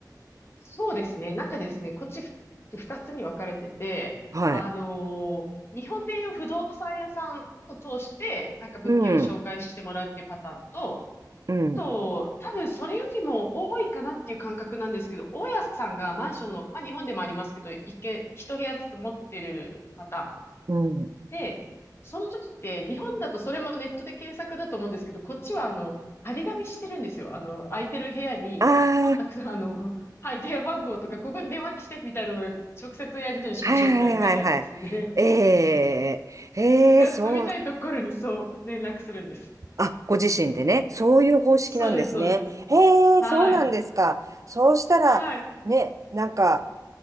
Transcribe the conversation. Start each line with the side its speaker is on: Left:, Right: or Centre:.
Left: そうですね、中ですね、こっちって二つに分かれてて、
Right: はい。
Left: あのー日本でいう不動産屋さんを通して、なんか物件を紹介してもらうっていうパターンと、
Right: うん。うん。
Left: と、多分それよりも多いかなっていう感覚なんですけど、大家さんがマンションの、まあ日本でもありますけど、一軒、一部屋ずつ持ってるパターン。
Right: うん。
Left: で、その時って、日本だとそれもネットで検索だと思うんですけど、こっちはあの、張り紙してるんですよ。あの、空いてる部屋に、
Right: ああ。
Left: コンタクト、あの、はい、電話番号とか、ここに電話して、みたいなのが、直接やり取りしましょう、
Right: はいはいはいはい。
Left: みたいなの書いてあるんですね。
Right: ええ、
Left: <laughs>
Right: ええ、
Left: だから住みたいところにそう、
Right: そう、
Left: 連絡するんです。
Right: あ、ご自身でね、そういう方式なんですね。
Left: そうです、そうです。
Right: ええ、
Left: はい。
Right: そうなんですか。そうしたら、
Left: はい。
Right: ね、なんか、